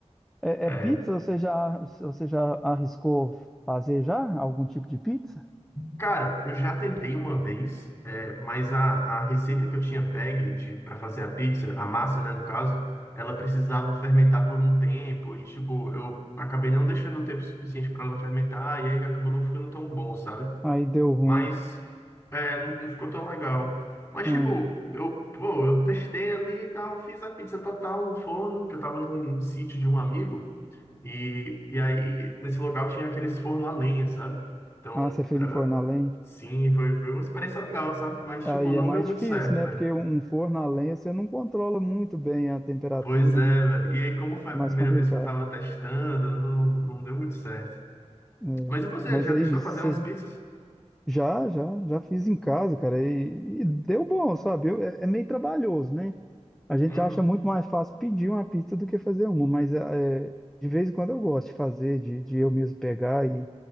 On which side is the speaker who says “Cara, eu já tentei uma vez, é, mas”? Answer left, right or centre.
Left